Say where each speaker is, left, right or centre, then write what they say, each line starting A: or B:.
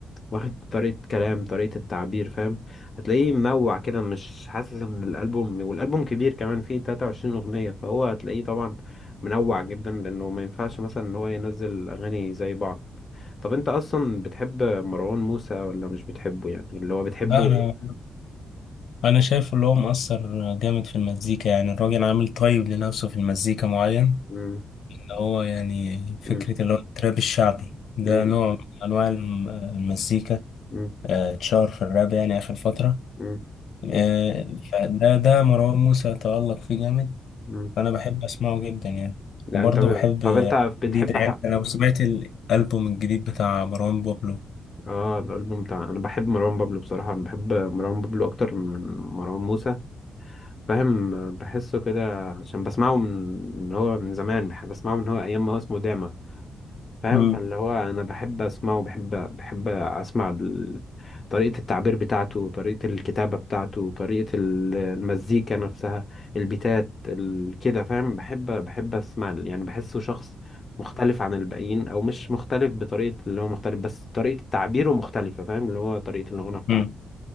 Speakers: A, on the left; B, on the left.
A: واخد طريقة كلام طريقة التعبير فاهم هتلاقيه منوع كده مش حاسس ان الألبوم والألبوم كبير كمان فيه 23 أغنية فهو هتلاقيه طبعا منوع جدا لأنه ما ينفعش مثلا ان هو ينزل أغاني زي بعض طب انت اصلا بتحب مروان موسى ولا مش بتحبه يعني اللي هو بتحبه
B: لا، أنا انا شايف اللي هو مؤثر جامد في المزيكا يعني الراجل عامل طيب لنفسه في المزيكا معين
A: مم.
B: اللي هو يعني فكرة
A: مم.
B: اللي هو التراب الشعبي ده
A: مم.
B: نوع من انواع الم- المزيكا
A: مم.
B: آه، اتشهر في الراب يعني اخر فترة
A: مم.
B: آه، فده ده مروان موسى تألق فيه جامد
A: مم.
B: فانا بحب اسمعه جدا يعني
A: يعني
B: وبرضه
A: انت ب...
B: بحب
A: طب
B: آه،
A: انت بتحب
B: جديد يعني
A: ح...
B: انا لو سمعت الالبوم
A: مم.
B: الجديد بتاع مروان بابلو
A: اه الالبوم بتاع انا بحب مروان بابلو بصراحة انا بحب مروان بابلو اكتر من مروان موسى فاهم بحسه كده عشان بسمعه من من هو من زمان بح- بسمعه من هو ايام ما هو اسمه داما فاهم
B: مم.
A: فاللي هو انا بحب اسمعه بحب بحب اسمع ال- طريقة التعبير بتاعته طريقة الكتابة بتاعته طريقة ال- المزيكا نفسها البيتات ال- كده فاهم بحب بحب اسمع ال- يعني بحسه شخص مختلف عن الباقيين او مش مختلف بطريقة اللي هو مختلف بس طريقة تعبيره مختلفة فاهم اللي هو طريقة الغنى بتاعته
B: مم.